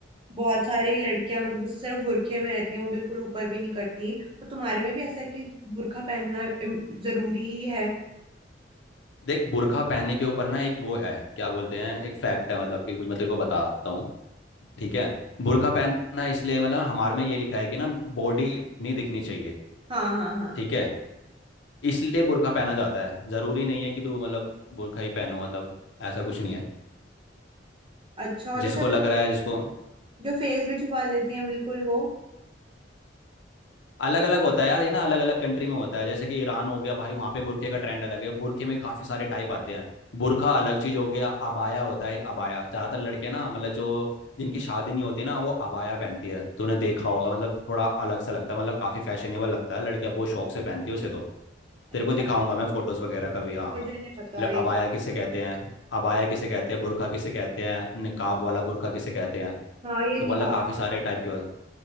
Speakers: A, on the right; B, on the left.
A: बहुत सारी लड़कियां मतलब बस सिर्फ बुरखे में रहती हैं वो बिल्कुल ऊपर भी नहीं करती तो तुम्हारे में भी ऐसा है कि बुरखा पहनना इम- जरूरी ही है
B: देख बुर्का पहनने के ऊपर ना एक वो है क्या बोलते हैं एक फैक्ट है मतलब कि कुछ मैं तेरे को बताता हूँ ठीक है बुर्का पहनना इसलिए मतलब हमारे में ये लिखा है कि ना बॉडी नहीं दिखनी चाहिए
A: हाँ हाँ हाँ
B: ठीक है इसलिए बुर्का पहना जाता है जरूरी नहीं है कि तू मतलब बुर्का ही पहनो मतलब ऐसा कुछ नहीं है
A: अच्छा और जैसे
B: जिसको
A: अब
B: लग
A: जो
B: रहा है जिसको
A: जो फेस भी छुपा लेती हैं बिल्कुल वो
B: अलग अलग होता है यार ये ना अलग अलग कंट्री में होता है जैसे कि ईरान हो गया भाई वहाँ पे बुरखे का ट्रेंड अलग है बुरखे में काफी सारे टाइप आते हैं बुरखा अलग चीज हो गया अबाया होता है एक अबाया ज्यादातर लड़कियां ना मतलब जो जिनकी शादी नहीं होती ना वो अबाया पहनती है तूने देखा होगा मतलब थोड़ा अलग सा लगता है मतलब काफी फैशनेबल लगता है लड़कियां बहुत शौक से पहनती है उसे तो
A: अच्छा
B: तेरे को दिखाऊंगा मैं फोटोज वगैरह कभी हाँ
A: मुझे नहीं पता
B: ल-
A: ये
B: अबाया किसे कहते हैं अबाया किसे कहते हैं बुरखा किसे कहते हैं निकाब वाला बुरखा किसे कहते हैं
A: हाँ ये
B: तो
A: निकाब
B: मतलब काफी सारे
A: वाला तो-
B: टाइप के हो-